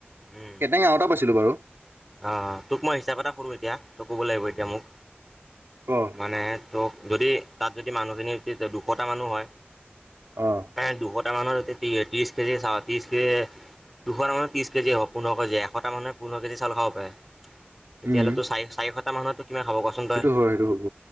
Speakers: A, in the centre; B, on the right.
A: উম।
B: কেটেঙা এটা পাইছিলো বাৰু।
A: অ', তোক মই হিচাপ এটা কৰো এতিয়া তই ক'ব লাগিব এতিয়া মোক
B: অ'।
A: মানে তোক যদি তাত যদি মানুহখিনি যদি দুশটা মানুহ হয়
B: অ'।
A: প্ৰায় দুশটা মানৰ ত্ৰিশ কেজি চ ত্ৰিশ কেজি দুশ মান ত্ৰিছ কেজি হ পোন্ধৰ কেজি এশটা মানৰ পোন্ধৰ কেজি খাব পাৰে তেতিয়াহ'লে
B: উম
A: চা চাৰিশটা মানুহ কিমান খাব কচোন।
B: সেইটো
A: তই?
B: হয় সেইটো হ'ব।